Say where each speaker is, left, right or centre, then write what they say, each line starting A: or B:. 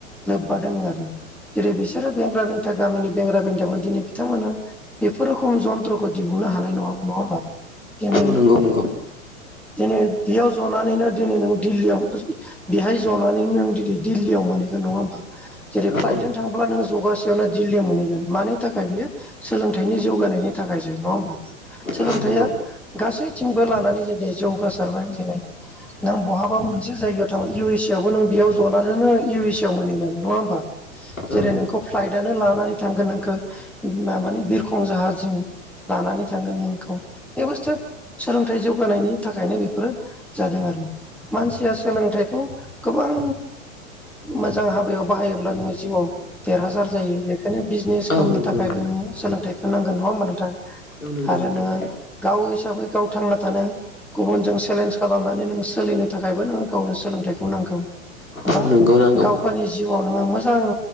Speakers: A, in the centre; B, on the left (about 85°).
A: लोबबा दं आरो जेरै बिसोरो <inaudible> गामिनि बेंग्रा बेंगामा दिनै बिथांमोना बेफोर रोखोम जन्थ्रखौ दिहुननो हानाय नङाम नङा होमबा दिनै
B: औ नंगौ नंगौ
A: दिनै बेयाव जनानैनो दिनै नों दिल्लीयाव बेहाय जनानै नों दिनै दिल्लीयाव माने नङा हा जेरै
B: औ
A: फ्लाइजों
B: औ
A: थांब्ला जगा से मोनहगोन मानि थाखाय बियो सोलोंथाइनि जौगानायनि थाखायसो नङा होमबा।
B: औ
A: सोलोंथाइया
B: नंगौ
A: गासैथिंबो लानानै जुदि जौगासारबाय जेनै नों बहाबा मोनसे जायगायाव थाङो इउ एस ए आवबो नों बेयाव जनानै नों इउ एस ए आव मोनहैगोन नङा होनोमबा
B: औ
A: जेरै
B: नंगौ
A: नोंखौ फ्लाइटनो लानानै थांगोन नोंखौ म माने बिरखं जाहारजों लानानै थांगोन नों बेखौ बे बुस्थु सोलोंथाइ जौगानायनि थाखायनो बे फोर जादों आरो मानसिया सोलोंथाइखौ गोबां मोजां हाबायाव बाहायोब्ला जिउआव देरहासार जायो बे खायनो बिजनेस
B: औ
A: खालामनो
B: नंगौ
A: थाखायबो
B: नंगौ
A: नोङो सोलोंथखौ नांग नङा होमबा नोंथां।
B: औ नंगौ
A: आरो
B: नोंथां
A: नोङो गाव हिसाबै गाव थांना थानो गुबुनजों चेलेन्ज खालामनानै नों सोलिनो थाखायबो नों गावनो सोलोंथाइखौ नांगौ
B: औ
A: बा
B: नंगौ नांगौ
A: गाव गावनि जिउआव नोङो मोजां